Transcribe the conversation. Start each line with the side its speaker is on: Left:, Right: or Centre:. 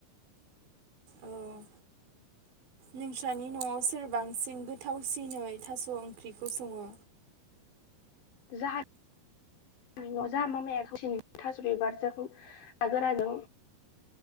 Right: औ नोंस्रानि न'आव सोरबांसिन गोथावसिनै थास' ओंख्रिखौ सङो?
Left: जा न'आव जा मामाया गावसिनि थास' बिबारजों नागोराजों